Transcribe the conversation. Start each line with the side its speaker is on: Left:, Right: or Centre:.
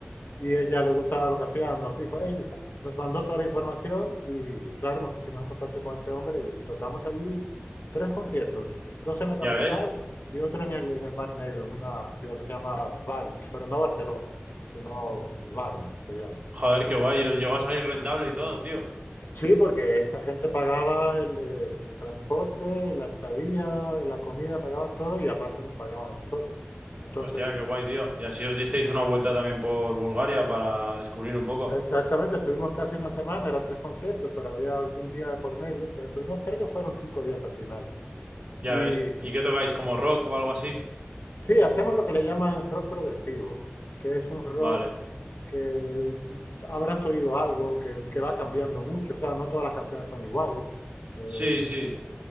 Left: Y ella le gustaba lo que hacía, nos dijo, "Ey", nos mandó toda la información y, y claro, nos pusimos en contacto con este hombre y, y tocamos allí tres conciertos, dos en la capital
Right: Ya ves.
Left: y otro en el, en el Mar Negro, en una ciudad que se llama Varna, pero no Barcelona, sino Varna se llama.
Right: Joder, qué guay. Os llegó a salir rentable y todo, tío.
Left: Sí, porque esta gente pagaba el, eh, el transporte, la estadía, la comida, pagaban todo y aparte nos pagaban a nosotros. Entonces,
Right: Hostia, qué guay, tío. Y así os disteis una vuelta también por Bulgaria para descubrir un poco.
Left: Exactamente, estuvimos casi una semana, eran tres conciertos, pero había algún día de por medio, entonces estuvimos, creo que fueron cinco días al final.
Right: Ya
Left: Y
Right: ves. ¿Y qué tocáis como rock o algo así?
Left: sí, hacemos lo que le llaman rock progresivo, que es un rock
Right: Vale.
Left: que habrás oído algo, que, que va cambiando mucho, o sea, no todas las canciones son iguales, Eh,
Right: Sí, sí.